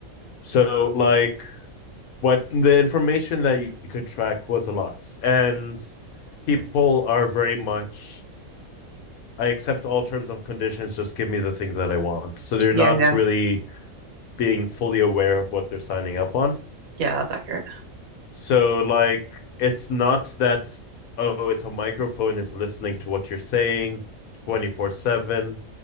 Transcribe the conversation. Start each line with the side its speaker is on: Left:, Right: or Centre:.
Left: So like what the information that you could track was a lot. And people are very much I accept all terms and conditions, just give me the thing that I want. So they're
Right: Yeah,
Left: not
Right: yeah.
Left: really being fully aware of what they're signing up on.
Right: Yeah, that's accurate.
Left: So like it's not that oh it's a microphone is listening to what you're saying 24/7.